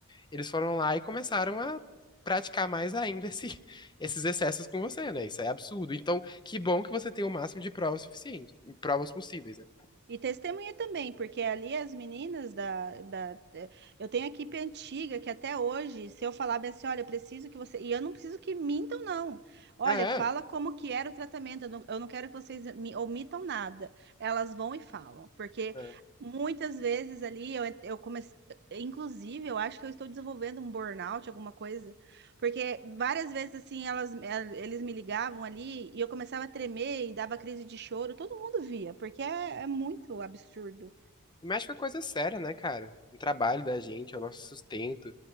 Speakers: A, on the left; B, on the right.
A: Eles foram lá e começaram a praticar mais ainda esse- <laughs> esses excessos com você, né? Isso é absurdo. Então, que bom que você tem o máximo de provas suficientes, provas possíveis, né?
B: E testemunha também, porque ali as meninas da, da. eh, Eu tenho a equipe antiga que até hoje, se eu falar bem assim, olha, eu preciso que você. E eu não preciso que mintam, não. Olha,
A: É, é.
B: fala como que era o tratamento. Eu não, eu não quero que vocês me omitam nada. Elas vão e falam. Porque
A: é.
B: muitas vezes ali eu, eu comecei. Inclusive, eu acho que eu estou desenvolvendo um burnout, alguma coisa porque várias vezes, assim, elas, el- eles me ligavam ali e eu começava a tremer e dava crise de choro. Todo mundo via, porque é, é muito absurdo.
A: E mexe com a coisa séria, né, cara? O trabalho da gente, é o nosso sustento.